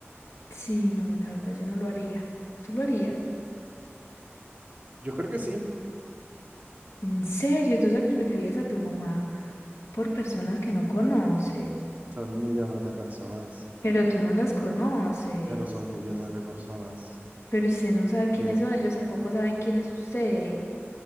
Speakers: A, on the left; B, on the right.
A: Sí, no, la verdad yo no lo haría. ¿Tú lo harías?
B: Yo creo que sí.
A: ¿En serio? ¿Tú sacrificarías a tu mamá por personas que no conoces?
B: Son millones de personas,
A: Pero tú no las conoces.
B: pero son millones de personas
A: Pero usted no sabe quiénes
B: que
A: son, ellos tampoco saben quién es usted.